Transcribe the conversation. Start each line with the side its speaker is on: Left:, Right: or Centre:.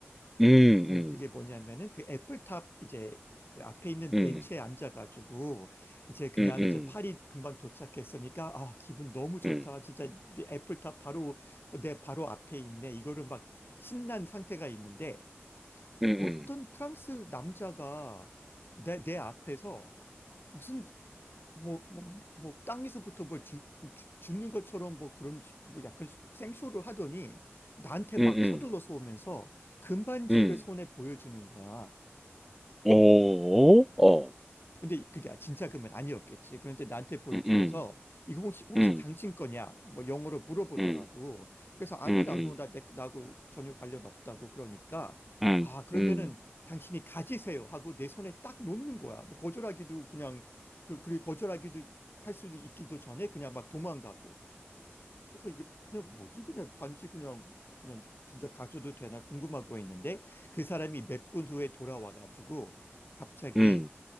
Centre: 응응
Left: 음, 그게 뭐냐면은 그 애플탑 이제 그 앞에 있는
Centre: 응응응응
Left: 벤치에 앉아가지고 이제 그냥
Centre: 응
Left: 이제 파리 금방 도착했으니까 아 기분 너무 좋다
Centre: 응
Left: 진짜 내 애플탑 바로 내 바로 앞에 있네 이거를 막 신난 상태가 있는데
Centre: 응
Left: 어떤 프랑스 남자가 내, 내 앞에서 무슨 뭐 뭐 뭐 땅에서부터 뭘 주, 주, 줍는 것처럼 뭐 그런 시- 뭐 약간 생쇼를 하더니 나한테 막
Centre: 응응응
Left: 서둘러서 오면서 금반지를
Centre: 응
Left: 손에 보여주는 거야.
Centre: 어? 어.
Left: 근데 그게 진짜 금은 아니었겠지. 그런데 나한테 보여주면서
Centre: 응 오. 어. 응응
Left: 이거 혹시 혹시
Centre: 응
Left: 당신 거냐? 뭐 영어로 물어보더라고.
Centre: 응
Left: 그래서 아니라고
Centre: 응응
Left: 나 내, 나하고 전혀 관련 없다고 그러니까
Centre: 응응응응응
Left: 아 그러면은 당신이 가지세요 하고 내 손에 딱 놓는 거야. 뭐 거절하기도 그냥 그 그리고 거절하기도 할 수도 있기도 전에 그냥 막 도망가고. 그래서 이게 그냥 뭐지? 그냥 반지 그냥 그냥 진짜 가져도 되나 궁금하고 했는데 그 사람이 몇 분 후에 돌아와 가지고 갑자기
Centre: 응응